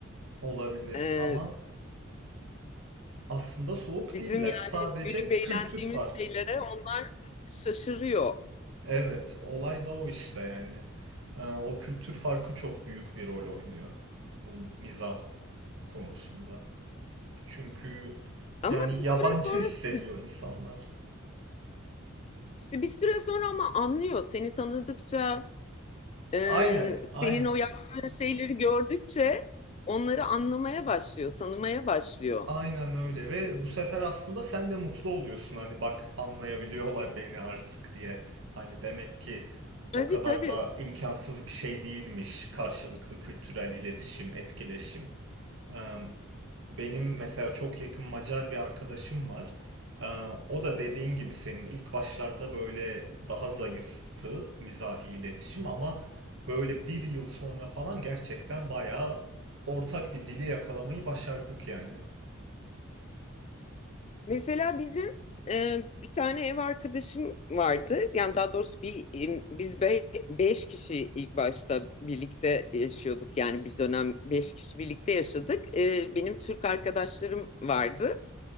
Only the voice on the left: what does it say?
E,
bizim
yani
gülüp eğlendiğimiz
şeylere onlar şaşırıyor.
Ama
bir
süre sonra
sı-
işte bir süre sonra ama anlıyor seni tanıdıkça e,
senin
o yaptığın şeyleri gördükçe onları anlamaya başlıyor, tanımaya başlıyor.
Tabii
tabii.
Mesela bizim e, bir tane ev arkadaşım vardı. Yani daha doğrusu bir e, biz be- beş kişi ilk başta birlikte yaşıyorduk. Yani bir dönem beş kişi birlikte yaşadık. E, benim Türk arkadaşlarım vardı.